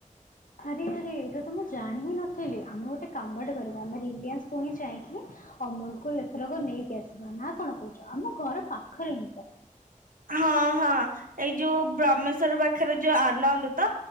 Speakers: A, on the left (about 80°); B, on the right (about 85°).
A: ଆରେ ଆରେ ଏଇଟା ତ ମୁଁ ଜାଣି ହିଁ ନଥିଲି ଆମେ ଗୋଟେ କାମଟେ କରିବା ଆମର ରିଲାଏନ୍ସ ପୁଣି ଯାଇକି ଅମୂଲ୍ କୁଲ୍ ଏଥରକ ନେଇକି ଆସିବା ନା କଣ କହୁଛ? ଆମ ଘର ପାଖରେ ହିଁ ତ
B: ହଁ ହଁ ଏଇ ଯୋଉ ବ୍ରହ୍ମେଶ୍ଵର ପାଖରେ ଯୋଉ ଆନନ୍ଦ ତ?